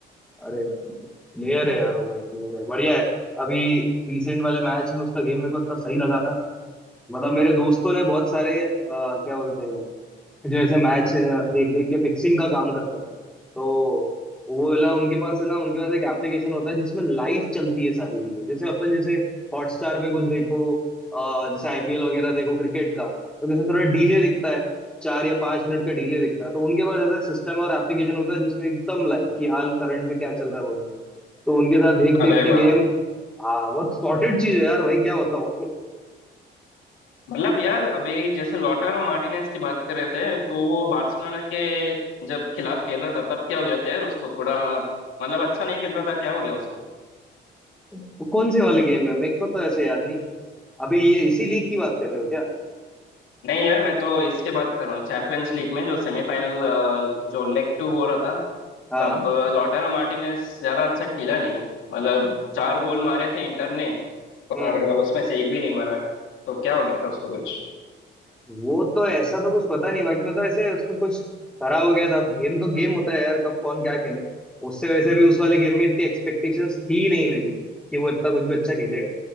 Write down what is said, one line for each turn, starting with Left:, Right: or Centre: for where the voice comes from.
Centre: अरे यार प्लेयर है यार वो भाई प्लेयर है बढ़िया है अभी रिसेंट वाले मैच में उसका गेम मेरे को इतना सही लगा था मतलब मेरे दोस्तों ने बहुत सारे अ, क्या बोलते हैं जो ऐसे मैच देख देख के फिक्सिंग का काम करते हैं तो वो वाला उनके पास है ना उनके पास एक एप्लीकेशन होता है जिसमें लाइव चलती है सारी चीजें जैसे अपन जैसे हॉटस्टार पे कुछ देखो अ, जैसे आईपीएल वगैरह देखो क्रिकेट का तो जैसे थोड़ा डीले दिखता है चार या पांच मिनट का डीले दिखता है तो उनके पास ऐसा सिस्टम और एप्लीकेशन होता है जिसमें एकदम लाइव कि हाल करंट में क्या चल रहा है वो तो उनके साथ देख देख
Left: अरे
Centre: के गेम
Left: वाह
Centre: हाँ बहुत सॉर्टेड चीज है यार भाई क्या बताऊं
Left: मतलब यार अभी जैसे लॉटारो मार्टिनेज की बात कर रहे थे तो वो बार्सिलोना के जब खिलाफ खेल रहा था तब क्या हो गया था यार उसको थोड़ा मतलब अच्छा नहीं खेल रहा था क्या हो गया उसको
Centre: <laughs> कौन से वाले गेम है मेरे को तो ऐसे याद नहीं अभी ये इसी लीग की बात कर रहे हो
Left: नहीं यार मैं तो इसके बात कर रहा हूँ चैंपियंस लीग में जो सेमीफाइनल जो लेग टू हो रहा था
Centre: हाँ
Left: तब लॉटारो मार्टिनेज ज्यादा अच्छा खेला नहीं मतलब चार गोल मारे थे इंटर ने पर
Centre: हम्म
Left: उसमें से एक भी नहीं मारा तो क्या हो गया था उसको कुछ
Centre: वो तो ऐसा तो कुछ पता नहीं बाकी मतलब ऐसे उसका कुछ खराब हो गया था अब गेम तो गेम होता है यार कब कौन क्या खेले उससे वैसे भी उस वाले गेम में इतनी एक्सपेक्टेशंस थी नहीं मेरी कि वो इतना कुछ भी अच्छा खेलेगा